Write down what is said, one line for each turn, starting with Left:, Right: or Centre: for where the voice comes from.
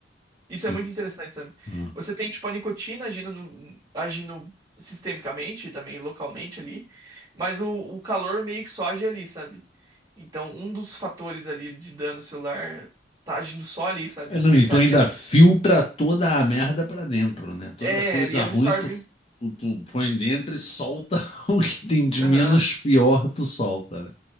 Right: Isso
Left: Sim.
Right: é muito interessante, sabe?
Left: Ah.
Right: Você tem, tipo, a nicotina agindo, no- agindo sistemicamente, e também localmente ali, mas o, o calor meio que só age ali, sabe? Então, um dos fatores ali de dano celular tá agindo só ali, sabe?
Left: É, não,
Right: Por
Left: e
Right: isso
Left: tu
Right: ali
Left: ainda filtra toda a merda pra dentro, né? Toda
Right: é,
Left: coisa
Right: é, ali absorve.
Left: ruim tu, tu, tu põe dentro e solta <laughs> o que tem de menos
Right: Aham.
Left: pior, tu solta, né?